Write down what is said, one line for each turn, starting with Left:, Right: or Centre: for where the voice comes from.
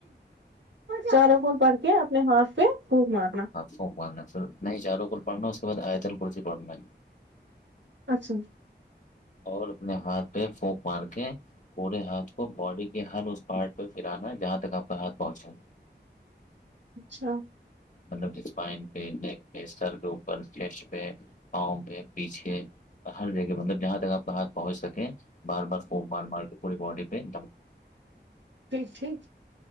Right: چاروں کوول پڑ کے اپنے ہاتھ پہ بھوک مار
Left: ف پ نہیں چارو کل پڑھنا اس کے بعد آیتل کسی پڑھنا
Right: اچھا
Left: اور اپنے ہاتھ پہ پوک مار کے پورے ہاتھ کو باڈی کے ہر اس پارٹ پہ پرانا جہاں تک آپ کا ہاتھ پہنچیں گ
Right: اچھا
Left: مطلب اسپائن پہ نیک پہ سر کے اوپر چیسٹ پہ پاؤں پہ پیچھے ہر جگہ مطلب جہاں تک آپ کا ہاتھ پہنچ سکے بار بار بار مار کے پوری بڈی پین
Right: ٹ سےھ